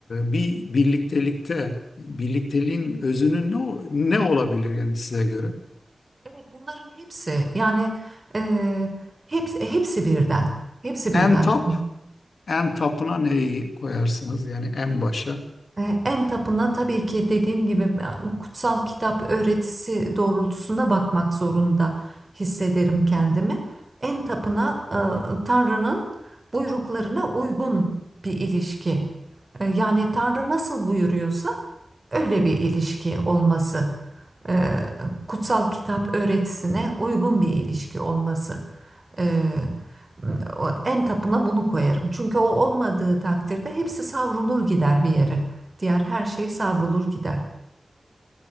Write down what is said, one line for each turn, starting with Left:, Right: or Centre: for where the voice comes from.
Left: bir birliktelikte birlikteliğin özünün ne, o- ne olabilir yani size göre?
Right: Evet, bunların hepsi yani e, hepsi, hepsi birden. Hepsi birden.
Left: En top en tapına neyi koyarsınız yani en başa?
Right: E, En tapına tabii ki dediğim gibi e, kutsal kitap öğretisi doğrultusunda bakmak zorunda hissederim kendimi. En tapına e, Tanrı'nın buyruklarına uygun bir ilişki. E, Yani Tanrı nasıl buyuruyorsa öyle bir ilişki olması. E, Kutsal kitap öğretisine uygun bir ilişki olması. Ee, o en tapına bunu koyarım. Çünkü o olmadığı takdirde hepsi savrulur gider bir yere. Diğer her şey savrulur gider.